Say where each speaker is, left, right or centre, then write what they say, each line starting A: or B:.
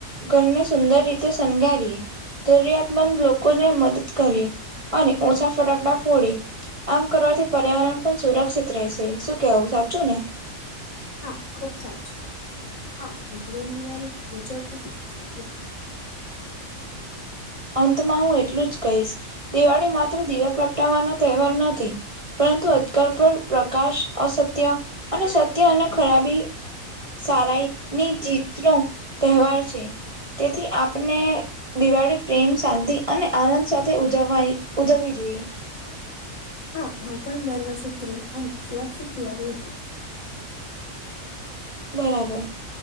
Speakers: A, on the right; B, on the left.
A: ઘરને સુંદર રીતે શણગારી- ધર્યાયાત મંદ લો- કોને મદદને કરીે અને ઓછા ફટાકડા ફોડી આમ કરવાથી- પર્યાવરણ પણ સુરક્ષિત રહેશે શું કેવું સાચું ને-
B: હા ખુબ સાચું હા ગ્રીમ દિવાળી મુજબ બી ખુબ સારી વાત-
A: અંતમાં હું એટલું જ કહીશ દિવાળી માત્ર દીવા પ્રગટાવવાનો તહેવાર નથી- પરંતુ અજકાલ પર પ્રકાશ અસત્ય અને સત્ય અને ખરાબી- સારાઈ ની જીતનો તહેવાર છે. તેથી આપને દિવાળી- પ્રેમ શાંતિ અને આનંદ સાથે ઉજવવા ઉજવવી જોઈએ-
B: હા હું પણ દર વર્ષે ગ્રીન અને સુરક્ષિત દિવાળી ઉ જોઈશ-
A: બરાબર